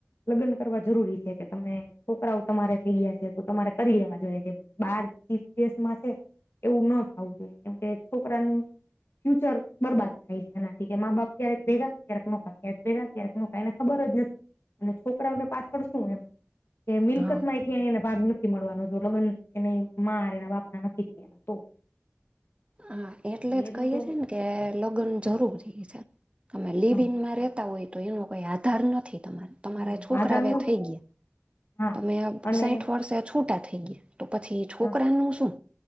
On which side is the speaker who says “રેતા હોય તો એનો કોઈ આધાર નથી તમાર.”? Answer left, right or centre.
Right